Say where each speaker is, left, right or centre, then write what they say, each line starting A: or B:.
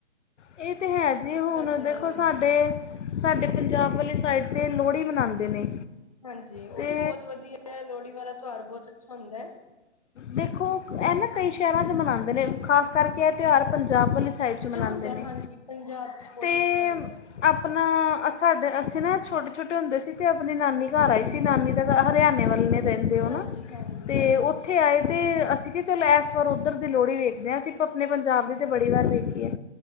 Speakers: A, on the left; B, on the left.
A: ਇਹ ਤੇ ਹੈ ਜੀ, ਹੁਣ
B: ਪੈਸੇ
A: ਦੇਖੋ
B: ਨਾਲ ਹੁੰਦਾ
A: ਸਾਡੇ ਸਾਡੇ ਪੰਜਾਬ ਵਾਲੀ ਸਾਈਡ ਤੇ ਲੋਹੜੀ ਮਨਾਂਦੇ ਨੇ।
B: ਹਾਂਜੀ, ਉਹ
A: ਤੇ
B: ਵੀ ਬਹੁਤ ਵਧੀਆ, ਲੋਹੜੀ ਵਾਲਾ ਤਿਉਹਾਰ ਬਹੁਤ ਅੱਛਾ ਹੁੰਦਾ।
A: ਦੇਖੋ, ਇਹ ਨਾ ਕਈ ਸ਼ਹਿਰਾਂ ਚ ਮਨਾਂਦੇ ਨੇ, ਖਾਸ ਕਰਕੇ ਇਹ ਤਿਉਹਾਰ ਪੰਜਾਬ ਵਾਲੀ ਸਾਈਡ ਚ ਮਨਾਂਦੇ
B: ਹੁੰਦਾ
A: ਨੇ,
B: ਹਾਂਜੀ ਪੰਜਾਬ ਚ ਬਹੁਤ
A: ਤੇ
B: ਅੱਛਾ ਹੁੰਦਾ
A: ਆਪਣਾ ਸਾਡੇ ਅਸੀਂ ਨਾ ਛੋਟੇ-ਛੋਟੇ ਹੁੰਦੇ ਸੀ, ਤੇ ਆਪਣੀ ਨਾਨੀ ਘਰ ਆਏ ਸੀ, ਨਾਨੀ ਦਾ ਘਰ ਹਰਿਆਣੇ ਵੱਲ ਨੇ। ਰਹਿੰਦੇ ਹੋ
B: ਹਾਂਜੀ
A: ਨਾ,
B: ਹਾਂਜੀ
A: ਤੇ
B: ਹਾਂਜੀ
A: ਉਹ ਇੱਥੇ ਆਏ ਤੇ ਅਸੀਂ ਕਿ ਚੱਲ ਇਸ ਵਾਰ ਉੱਧਰ ਦੀ ਲੋਹੜੀ ਵੇਖਦੇ ਹਾਂ ਅਸੀਂ ਆਪਣੇ ਪੰਜਾਬ ਦੀ ਤਾਂ ਬੜੀ ਵਾਰ ਵੇਖੀ ਹੈ।